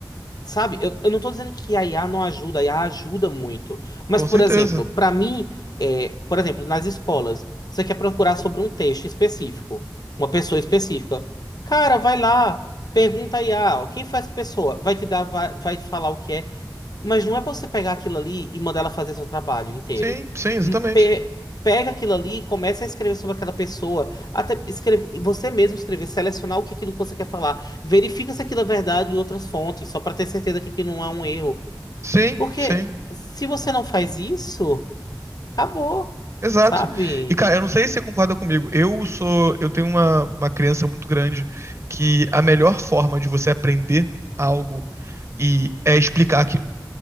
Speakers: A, on the left; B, on the right.
A: Sabe, eu, eu não tô dizendo que a IA não ajuda, a IA ajuda muito. Mas,
B: com
A: por
B: certeza.
A: exemplo, para mim, é, por exemplo, nas escolas, você quer procurar sobre um texto específico, uma pessoa específica. Cara, vai lá, pergunta a IA, ó, quem foi essa pessoa? Vai te dar, vai, vai te falar o que é. Mas não é pra você pegar aquilo ali e mandar ela fazer seu trabalho inteiro.
B: Sim, sim, exatamente.
A: Hum, pe- pega aquilo ali e começa a escrever sobre aquela pessoa. Até escrever, você mesmo escrever, selecionar o que é aquilo que você quer falar. Verifica se aquilo é verdade em outras fontes, só pra ter certeza que aquilo não é um erro.
B: Sim,
A: Porque
B: sim,
A: se você não faz isso, acabou.
B: exato.
A: Sabe?
B: E cara, eu não sei se você concorda comigo. Eu sou, eu tenho uma, uma crença muito grande que a melhor forma de você aprender algo e é explicar aquilo.